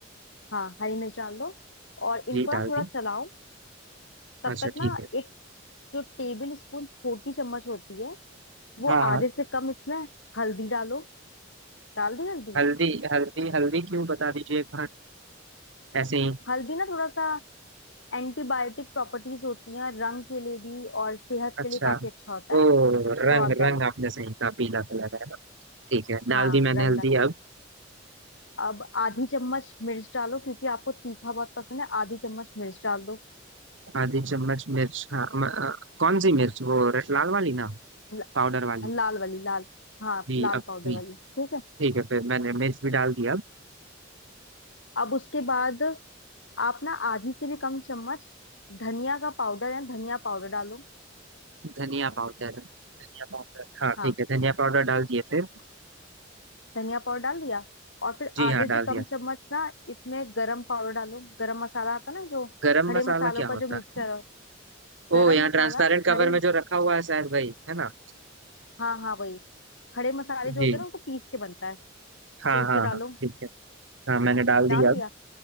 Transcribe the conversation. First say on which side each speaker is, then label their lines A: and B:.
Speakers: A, on the left; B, on the right.
A: हाँ हरी मिर्च डाल दो और इनको
B: जी डाल
A: ना थोड़ा
B: दी
A: चलाओ तब
B: अच्छा
A: तक
B: ठीक
A: ना
B: है
A: एक जो टेबल स्पून छोटी चम्मच होती है वो
B: हाँ हाँ
A: आधे से कम इसमें हल्दी डालो डाल दी हल्दी
B: हल्दी हल्दी हल्दी क्यों बता दीजिए एक बार ऐसे ही
A: हल्दी ना थोड़ा सा एंटीबायोटिक प्रॉपर्टीज होती हैं रंग के लिए भी और सेहत
B: अच्छा
A: के लिए काफी अच्छा होता है
B: ओ रंग
A: तो आप डालो
B: रंग आपने सही कहा पीला कलर है ठीक है
A: हाँ
B: डाल दी मैंने
A: रंग
B: हल्दी
A: डाल
B: अब
A: अब आधी चम्मच मिर्च डालो क्योंकि आपको तीखा बहुत पसंद है आधी चम्मच मिर्च डाल दो
B: आधी चम्मच मिर्च हाँ म, अ, कौन सी मिर्च वो रे- लाल वाली ना
A: ल-
B: पाउडर वाली
A: लाल वाली लाल हाँ
B: जी
A: लाल
B: अब
A: पाउडर
B: भी
A: वाली ठीक है
B: ठीक है फिर मैंने मिर्च भी डाल दिया अब
A: अब उसके बाद आप ना आधी से भी कम चम्मच धनिया का पाउडर या धनिया पाउडर डालो
B: धनिया पाउडर धनिया पाउडर हाँ
A: हाँ
B: ठीक है धनिया पाउडर डाल दिए फिर
A: धनिया पाउडर डाल दिया और फिर
B: जी
A: आधे
B: हाँ डाल
A: से कम
B: दिया
A: चम्मच ना इसमें गरम पाउडर डालो गरम मसाला आता ना जो
B: गरम
A: खड़े
B: मसाला
A: मसालों
B: क्या
A: का
B: होता
A: जो मिक्सचर
B: है
A: हो गरम
B: ओ यहाँ
A: मसाला
B: ट्रांसपेरेंट
A: खड़े
B: कवर में जो रखा हुआ है शायद वही है ना
A: हाँ हाँ वही खड़े मसाले जो
B: जी
A: होते हैं ना उनको पीस के बनता है
B: हाँ
A: तो उसे
B: हाँ
A: डालो
B: हाँ ठीक है हाँ मैंने डाल
A: डाल
B: दिया
A: दिया
B: अब